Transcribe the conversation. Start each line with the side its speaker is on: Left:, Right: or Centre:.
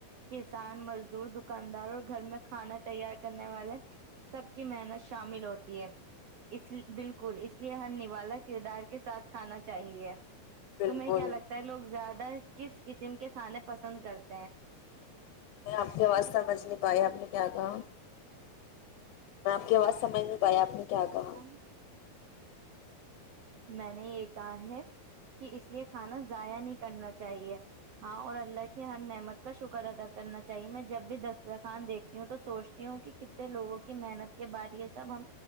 Right: کسان مزدور دکاندار اور گھر میں کھانا تیار کرنے والے سب کی محنت شامل ہوتی ہے بالکل اس لیے ہر نوالا کردار کے ساتھ کھانا چاہیے
Left: بالکل
Right: تمہیں کیا لگتا ہے لوگ زیادہ کس قسم کے کھانے پسند کرتے ہیں
Left: میں آپ کی آواز سمجھ نہیں پائی آپ نے کیا کہا میں آپ کی آواز سمجھ نہیں پایا آپ نے کیا کہا
Right: ہاں ہ میں نے یہ کہا ہے کہ اس لیے کھانا ضائع نہیں کرنا چاہیے ہاں اور اللہ کی ہر نعمت کا شکر ادا کرنا چاہیے میں جب بھی دسترخوان دیکھتی ہوں تو سوچتی ہوں کہ کتنے لوگوں کی محنت کے بعد یہ سب ہم